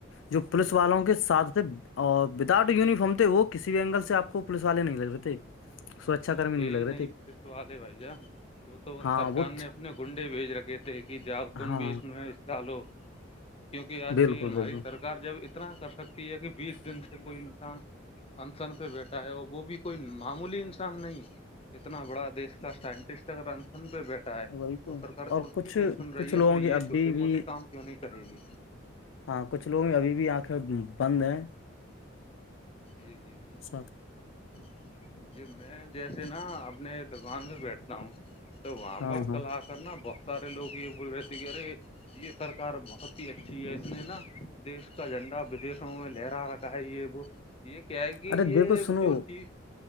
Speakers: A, on the left; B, on the left.
A: جو پولیس والوں کے ساتھ تھے اور وداؤٹ یونیفارم تھے وہ کسی بھی اینگل سے آپ کو پوس والے نہیں لگ رہے سرچا
B: وہ
A: کرمی
B: تھے
A: لگ
B: ہی
A: رہے
B: نہیں پ سوال ہے بھائی جان وہ تو
A: ہاں
B: سرک
A: وہ
B: نے اپنے گنڈے بھیج رکھے تھے کہ جاؤ تم
A: ہاں
B: بھی اس میںکالو کیونکہ آج
A: بالکل
B: کی ہماری
A: بالکل
B: سرار جب اتنا کر سکتی ہے کہ بیس دن سے کوئی انسان انسن پہ بیٹھا ہے اور وہ بھی کوئی معمولی انسان نہیں اتنا بڑا دیش سائنٹسٹ اگرن پہ بیٹھا ہے
A: وہی تو
B: اور سرک اس
A: کچھ
B: کی نہیں سن رہی
A: کچھ لوگوں
B: ہے تو یہ
A: کی ابھی
B: چھوٹے
A: بھی
B: موٹے کام کیوں نہیں کرے گی
A: ہاں کچھ لوگ ابھی بھی آنکھیں بند ہیں
B: جی جی
A: ساتھ
B: <unintelligible> جی میں جیسے نا اپنے دکان پہ بیٹھتا ہوں تو وہاں
A: ہاں
B: پر
A: ہاں
B: کلا کرنا بہت سارے لوگ یہ بول رہے تھے کہ ارے یہ سرکار بہت ہی اچھی ہے اس نے نا دیش کا جھنڈا بدشوں میں لہرا رکھا ہے یہ وہ یہ کیا ہے کہ
A: ارے
B: یہ
A: دیکھو سنو
B: جو ٹی